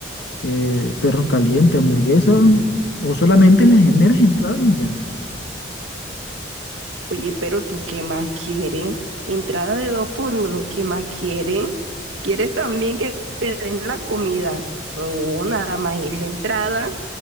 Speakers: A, on the left; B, on the right.
A: eh, perros calientes, hamburguesas, o solamente las meras entradas y ya.
B: Oye, pero tú qué más quieres? Entrada de dos por uno, ¿qué más quieres? ¿Quieres también que te den la comida? No, nada más es la entrada,